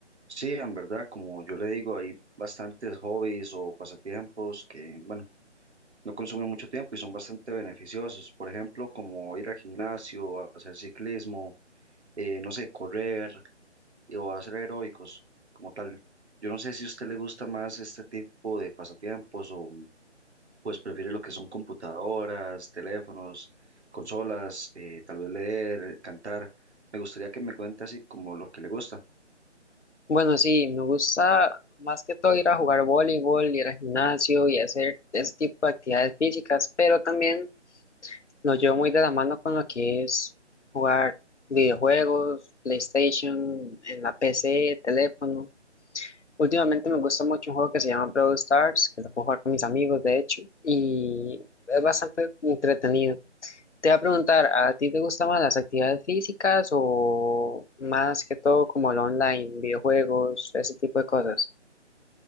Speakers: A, on the right; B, on the left.
A: Sí, en verdad, como yo le digo, hay bastantes hobbies o pasatiempos que, bueno, no consumen mucho tiempo y son bastante beneficiosos. Por ejemplo, como ir al gimnasio, a hacer ciclismo, eh, no sé, correr y- o hacer aeróbicos como tal. Yo no sé si a usted le gusta más este tipo de pasatiempos o pues prefiere lo que son computadoras, teléfonos, consolas, eh, tal vez leer, cantar. Me gustaría que me cuente así como lo que le gusta.
B: Bueno, sí, me gusta más que todo ir a jugar voleibol, ir al gimnasio y hacer ese tipo de actividades físicas, pero también lo llevo muy de la mano con lo que es jugar videojuegos, PlayStation, en la PC, teléfono. Últimamente me gusta mucho un juego que se llama Brawl Stars, que lo puedo jugar con mis amigos, de hecho, y es bastante entretenido. Te voy a preguntar, ¿a ti te gustan más las actividades físicas o más que todo como lo online, videojuegos, ese tipo de cosas?